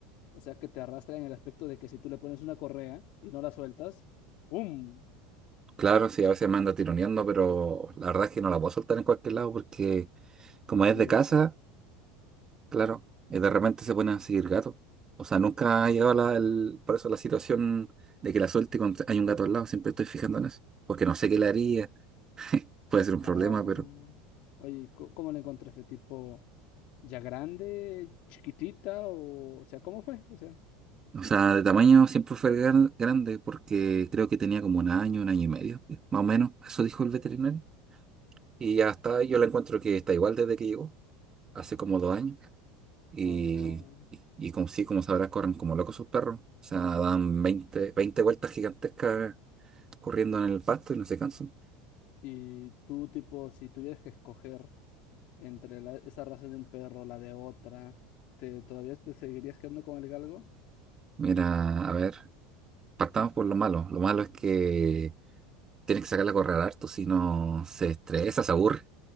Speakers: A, on the left; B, on the right.
A: o sea que te arrastran en el aspecto de que si tú le pones una correa y no la sueltas, ¡pum!
B: claro, sí, a veces me anda tironeando, pero la verdad es que no la puedo soltar en cualquier lado porque como es
A: Peligroso.
B: de casa, claro, y de repente se ponen a seguir gatos. O sea, nunca ha llegado la, el- por eso la situación de que la suelte cuando hay un gato al lado, siempre estoy fijando en eso, porque no sé qué le haría puede ser
A: Ah,
B: un problema, pero...
A: oye, ¿co- ¿cómo la encontraste? ¿Tipo ya grande, chiquitita o, o sea, cómo fue? O sea,
B: O sea, de tamaño siempre fue gran- grande porque creo que tenía como un año, un año y medio, más o menos. Eso dijo el veterinario. Y ya está, yo la encuentro que está igual desde que llegó, hace como dos años. Y,
A: ah,
B: y, y como sí, como sabrás, corren como locos sus perros. O sea, dan veinte veinte vueltas gigantescas corriendo en el pasto y no se cansan.
A: y tú tipo, si tuvieras que escoger. entre la- esa raza de un perro, la de otra, ¿te, todavía te seguirías quedando con el galgo?
B: Mira, a ver, partamos por lo malo. Lo malo es que tienes que sacarla a correr harto, si no se estresa, se aburre.